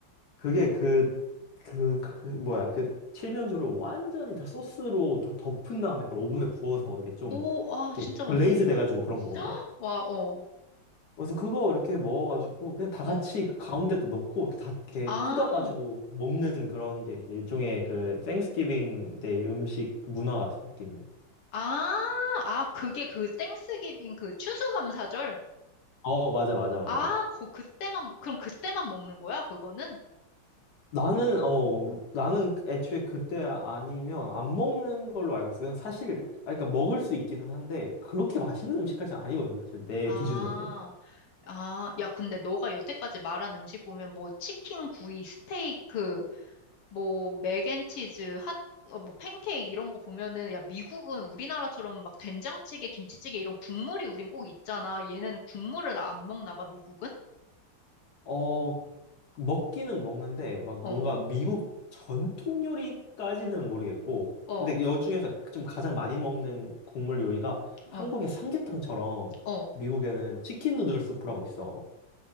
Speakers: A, on the left; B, on the left.
A: 그게 그, 그, 그 뭐야 그 칠면조를 완전히 다 소스로 다 덮은 다음에 그걸 오븐에 구워서 이게 좀
B: 오, 아,
A: 이렇게
B: 진짜
A: 글레이즈
B: 맛있겠다.
A: 돼가지고 그런 거거든.
B: 와, 어,
A: 그래서 그거 이렇게 먹어가지고 그냥 다
B: 어.
A: 같이 그 가운데도 넣고 이렇게 다 이렇게
B: 아,
A: 뜯어가지고 먹는 그런 게 이제 일종의 그 땡스기빙 데이 음식 문화 같은 느낌이야.
B: 아, 아, 그게 그 땡스기빙 그 추수감사절?
A: 어 맞아 맞아 맞아.
B: 아, 그, 그때만, 그럼 그때만 먹는 거야, 그거는?
A: 나는 어 나는 애초에 그때 아니면 안 먹는 걸로 알고 있어요. 사실 아 그러니까 먹을 수 있기는 한데 그렇게 맛있는 음식까지는 아니거든요. 사실 내
B: 아.
A: 기준으로는
B: 아, 야, 근데 너가 여태까지 말한 음식 보면 뭐 치킨, 구이, 스테이크, 그 뭐 맥앤치즈, 핫, 어, 뭐 팬케이크 이런 거 보면은 야, 미국은 우리나라처럼 막 된장찌개, 김치찌개 이런 국물이 우린 꼭 있잖아. 얘네는 국물을 안 먹나 봐, 미국은?
A: 어 먹기는 먹는데 막
B: 어,
A: 뭔가 미국 전통 요리까지는 모르겠고
B: 어,
A: 근데 여 중에서 좀 가장 많이 먹는 국물 요리가 한국의
B: 어,
A: 삼계탕처럼
B: 어.
A: 미국에는 치킨 누들 수프라고 있어.